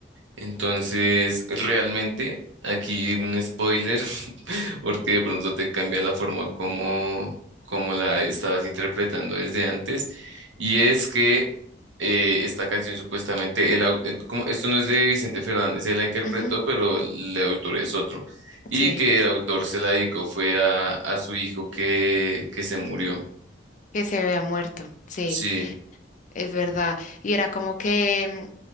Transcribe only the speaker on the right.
Entonces, realmente, aquí un spoiler, <laughs> porque de pronto te cambia la forma como, como la estabas interpretando desde antes. Y es que eh, esta canción supuestamente, el, au- eh, como, esto no es de Vicente Fernández, él la interpretó,
pero el autor es otro. Y
que el autor se la dedicó fue a, a su hijo que, que se murió.
Sí,